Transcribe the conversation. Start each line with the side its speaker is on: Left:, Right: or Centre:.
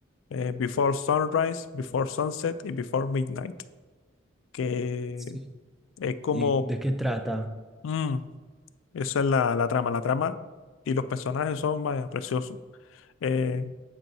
Left: Eh, Before Sunrise, Before Sunset y Before Midnight. Que
Centre: sí.
Left: es como...
Centre: ¿Y de qué trata?
Left: mm, esa es la, la trama. La trama y los personajes son, vaya, preciosos. Eh,